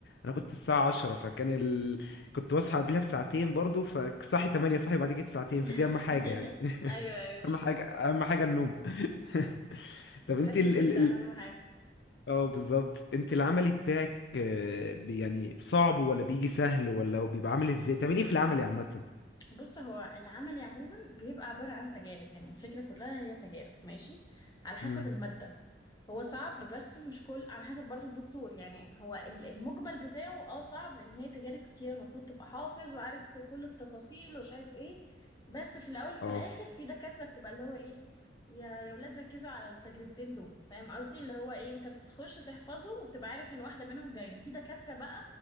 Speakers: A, on the left (about 60°); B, on the left (about 20°).
A: أنا كنت الساعة 10 فكان ال... كنت بصحى قبلها بساعتين برضو فصحي 8 صحي بعد كده بساعتين
B: <laughs>
A: فدي أهم حاجة يعني <laughs>
B: أيوه أيوه
A: أهم حاجة أهم حاجة النوم <laughs>
B: بس
A: طب أنت
B: صحيتش
A: ال
B: ستة
A: ال ال
B: أهم حاجة
A: اه بالظبط أنت العملي بتاعك آه، بي- يعني صعب ولا بيجي سهل ولا بيبقى عامل ازاي بتعملي ايه في العملي عامة؟
B: بص هو العمل عموما بيبقى عبارة عن تجارب يعني الفكرة كلها هي تجارب ماشي على حسب
A: مم.
B: المادة هو صعب بس مش كل على حسب برضو الدكتور يعني هو ال- المجمل بتاعه اه صعب لأن هي تجارب كتيرة المفروض تبقى حافظ وعارف في كل التفاصيل ومش عارف ايه بس في الأول وفي
A: اه
B: الآخر في دكاترة بتبقى اللي هو ايه يا يا ولاد ركزوا على التجربتين دول فاهم قصدي اللي هو ايه انت بتخش تحفظهم وبتبقى عارف ان واحدة منهم جاية في دكاترة بقى